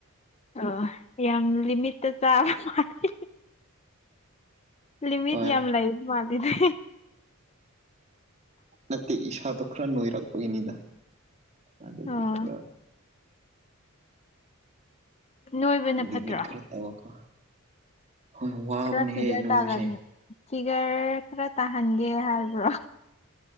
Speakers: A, on the left; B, on the right.
A: ꯑꯣ ꯌꯥꯝ ꯂꯤꯃꯤꯠꯇ ꯆꯥꯕ ꯃꯥꯂꯦ ꯂꯤꯃꯤꯠ
B: ꯍꯣꯏ
A: ꯌꯥꯝ ꯂꯩ ꯃꯥꯜꯂꯤꯗꯤ
B: ꯅꯠꯇꯦ ꯏꯁꯥꯗꯣ ꯈꯔ ꯅꯣꯏꯔꯛꯄꯒꯤꯅꯤꯗ ꯑꯗꯨꯗꯤ
A: ꯑꯣ
B: ꯈꯔ
A: ꯅꯣꯏꯕꯅ
B: ꯂꯤꯃꯤꯠ
A: ꯐꯠꯇ꯭ꯔꯥ
B: ꯈꯔ ꯇꯧꯔꯀꯣ ꯍꯣꯏ ꯋꯥꯕꯅꯦꯍꯦ
A: ꯈꯔ ꯐꯤꯒꯔ
B: ꯅꯣꯏꯕꯁꯦ
A: ꯇꯥꯒꯅꯤ ꯐꯤꯒꯔ ꯈꯔ ꯇꯥꯍꯟꯒꯦ ꯍꯥꯏꯕ꯭ꯔꯣ